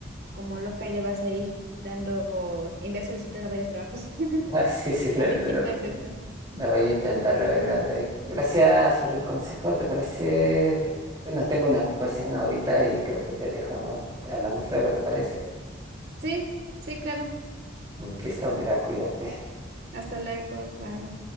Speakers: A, on the right (about 55°); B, on the right (about 20°).
A: como loca y le vas ahí dando, enviar solicitud a varios trabajos. <laughs>
B: Ah, sí, sí, lo,
A: A ver
B: lo-
A: quién
B: lo-
A: te acepta.
B: lo voy a intentar, la verdad. eh. Gracias por el consejo, ¿te parece? Bueno, tengo una ocupación ahorita y creo que te dejo, ¿no? Hablamos luego, ¿te parece?
A: Sí, sí, claro.
B: Mm, Listo, mira, cuídate.
A: Hasta luego, bye.